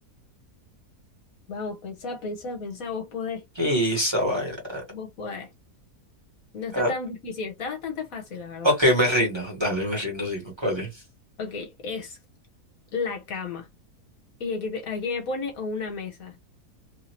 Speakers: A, on the left; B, on the right.
A: Vamos, pensá, pensá, pensá, vos podés,
B: Y esa vaina. Ah,
A: vos podés. No está
B: ah,
A: tan difícil, está bastante fácil, la verdad.
B: ok, me rindo. Dale, me rindo. Dime, ¿cuál es?
A: Ok, es la cama. Y aquí, te- aquí me pone o una mesa.